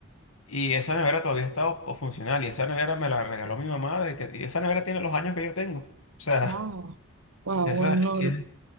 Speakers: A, on the left; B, on the right.
A: Y esa nevera todavía está o- o funcional y esa nevera me la regaló mi mamá de que, y esa nevera tiene los años que yo tengo. O sea,
B: Wow,
A: <laughs>
B: wow,
A: esa,
B: wow, no.
A: y-